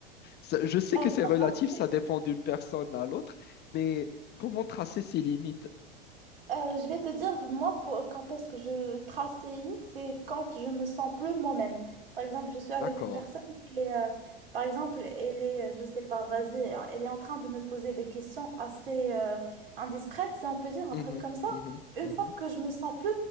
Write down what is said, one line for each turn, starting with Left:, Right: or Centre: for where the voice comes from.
Left: Ça- je sais
Right: Euh,
Left: que
Right: franchement,
Left: c'est relatif, ça dépend d'une personne à l'autre, mais comment tracer ces limites?
Right: Euh, je vais te dire, moi, pour, quand est-ce que je trace ces limites, c'est quand je me sens plus moi-même. Par exemple, je suis avec
Left: D'accord.
Right: une personne et, euh, par exemple, elle est, je sais pas, vas-y, elle est en train de me poser des questions assez euh, indiscrètes, si on peut dire un
Left: Mhm,
Right: truc comme ça.
Left: mhm,
Right: Une
Left: mhm.
Right: fois que je me sens plus